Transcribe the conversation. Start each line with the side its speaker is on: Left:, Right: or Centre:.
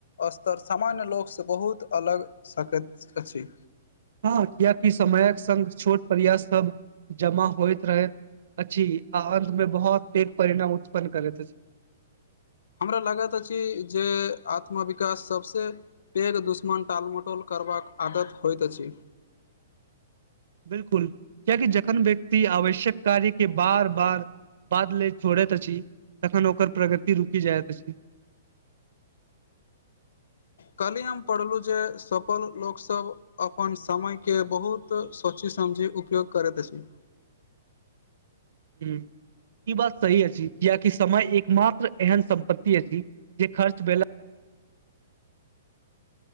Left: स्तर सामान्य लोकसँ बहुत अलग सकैत अछि
Right: हँ कियकि समयक संग छोट प्रयास सब जमा होइत रहै अछि आ अन्त में बहुत तेज परिणाम उत्पन्न करैत अछि
Left: हमरा लागैत अछि जे आत्मविकास सभसँ पेघ दुश्मन टालमटोल करबाक आदत होइत अछि
Right: बिल्कुल किया की जखन व्यक्ति आवश्यक कार्य केँ बार बार बाद ले छोड़ैत अछि तखन ओकर प्रगति रुकि जाइत अछि
Left: कल्हि हम पढ़लहुँ जे सफल लोकसभ अपन समय केँ बहुत सोची समझी उपयोग करैत अछि
Right: हूँ ई बात सही अछि कियाकि समय एक मात्र एहन सम्पत्ति अछि जे खर्च भेला